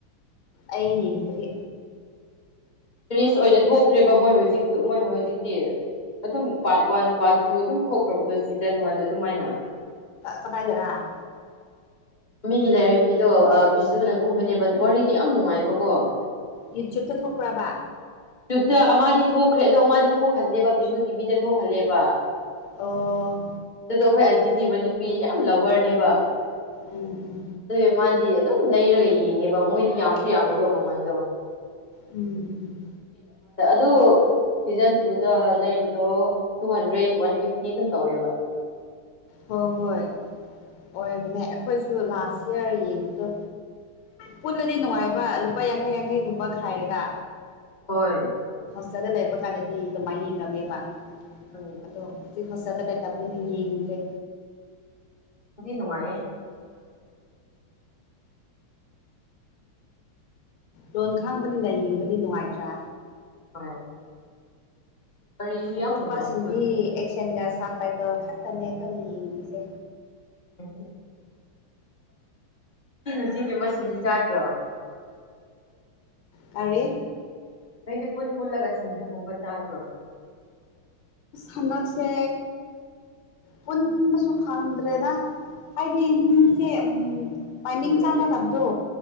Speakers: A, on the left (about 85°); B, on the left (about 25°).
A: ꯑꯩ ꯌꯦꯡꯗꯔꯤ
B: ꯇꯨꯔꯤꯁ ꯑꯣꯏꯅ ꯊꯣꯛꯈ꯭ꯔꯦꯕ ꯃꯣꯏ ꯍꯧꯖꯤꯛꯁꯨ ꯃꯣꯏ ꯍꯧꯖꯤꯛꯇꯤ ꯑꯗꯨꯝ ꯄꯥꯔꯠ ꯋꯥꯟ ꯄꯥꯔꯠ ꯇꯨ ꯑꯗꯨꯝ ꯊꯣꯛꯈ꯭ꯔꯕꯗꯣ ꯁꯤꯖꯟ ꯋꯥꯟ ꯑꯗꯨꯃꯥꯏꯅ
A: ꯀꯗꯥꯏꯗꯔ
B: ꯃꯤꯒꯤ ꯂꯥꯏꯔꯦꯝꯕꯤꯗꯣ ꯕꯤꯖꯨꯅꯀꯨꯝꯕꯅꯦꯕ ꯋꯥꯔꯤꯗꯤ ꯌꯥꯝ ꯅꯨꯡꯉꯥꯏꯕꯀꯣ
A: ꯌꯨꯇ꯭ꯌꯨꯕꯇ ꯊꯣꯛꯄꯔꯕ
B: ꯇ ꯃꯥꯗꯤ ꯊꯣꯛꯈ꯭ꯔꯦ ꯑꯗꯣ ꯃꯥꯗꯤ ꯊꯣꯛꯍꯟꯗꯦꯕ ꯃꯤꯁꯣ ꯇꯤꯚꯤꯗ ꯊꯣꯛꯍꯜꯂꯦꯕ
A: ꯑꯣ
B: ꯑꯗꯨꯗꯣ ꯑꯩꯈꯣꯏ ꯑꯟꯇꯤꯗꯤ ꯃꯅꯤꯄꯤꯔꯤ ꯌꯥꯝ ꯂꯕꯔꯅꯦꯕ
A: ꯎꯝ ꯎꯝ
B: ꯑꯗꯨ ꯃꯥꯗꯤ ꯑꯗꯨꯝ ꯂꯩꯔꯒ ꯌꯦꯡꯉꯦꯕ ꯃꯣꯏꯗꯤ ꯌꯥꯝꯁꯨ ꯌꯥꯝꯃꯤꯕ ꯃꯃꯜꯗꯣ
A: ꯎꯝ ꯎꯝ
B: ꯑꯗꯨ ꯁꯤꯖꯟ ꯇꯨꯗ ꯂꯩꯕꯗꯣ ꯇꯨ ꯍꯟꯗ꯭ꯔꯦꯠ ꯋꯥꯟ ꯐꯤꯐꯇꯤ ꯑꯗꯨꯝ ꯇꯧꯋꯦꯕ
A: ꯍꯣꯏ ꯍꯣꯏ ꯑꯣꯏꯕꯅꯦ ꯑꯩꯈꯣꯏꯁꯨ ꯂꯥꯁ ꯏꯌꯥꯔ ꯌꯦꯡꯕꯗꯣ ꯄꯨꯜꯂꯗꯤ ꯅꯨꯡꯉꯥꯏꯕ ꯂꯨꯄꯥ ꯌꯥꯡꯈꯩ ꯌꯥꯡꯈꯩꯒꯨꯝꯕ ꯈꯥꯏꯔꯒ
B: ꯍꯣꯏ
A: ꯄꯩꯁꯥꯗꯣ ꯂꯩꯕ ꯀꯥꯟꯗꯗꯤ ꯑꯗꯨꯃꯥꯏꯅ ꯌꯦꯡꯉꯝꯃꯦꯕ
B: ꯎꯝ
A: ꯑꯗꯣ ꯍꯧꯖꯤꯛ ꯄꯩꯁꯥꯗꯣ ꯂꯩꯇꯕꯅꯤꯅ ꯌꯦꯡꯗ꯭ꯔꯦ
B: ꯅꯨꯡꯗꯤ ꯅꯨꯡꯉꯥꯏꯌꯦ
A: ꯂꯣꯟ ꯈꯡꯕꯅꯤꯅ ꯌꯦꯡꯕꯗꯤ ꯅꯨꯡꯉꯥꯏꯇ꯭ꯔꯥ
B: ꯍꯣꯏ ꯋꯥꯔꯤꯁꯨ ꯌꯥꯝ
A: ꯑꯇꯣꯄꯁꯤꯡꯗꯤ
B: ꯅꯨꯡꯉꯥꯏꯕꯗꯣ
A: ꯑꯦꯛꯁꯟꯒ ꯁꯞ ꯇꯥꯏꯇꯜ ꯈꯛꯇꯅꯦ ꯑꯩꯈꯣꯏꯅ ꯌꯦꯡꯂꯤꯁꯦ
B: <inaudible> ꯁꯤ ꯅꯨꯡꯆꯤꯟꯒꯤ ꯃꯁꯤꯡꯁꯦ ꯆꯥꯗ꯭ꯔꯣ
A: ꯀꯔꯤ
B: ꯅꯣꯏꯗꯤ ꯄꯨꯟ ꯄꯨꯜꯂꯒ ꯁꯤꯡꯖꯨꯒꯨꯝꯕ ꯆꯥꯗ꯭ꯔꯣ
A: ꯍꯟꯗꯛꯁꯦ ꯄꯨꯟꯕꯁꯨ ꯐꯪꯗ꯭ꯔꯦꯗ ꯍꯥꯏꯗꯤ ꯃꯤꯁꯦ ꯎꯝ ꯇꯥꯏꯃꯤꯡ
B: ꯎꯝ
A: ꯆꯥꯟꯅꯗꯕꯗꯣ
B: ꯎꯝ ꯎꯝ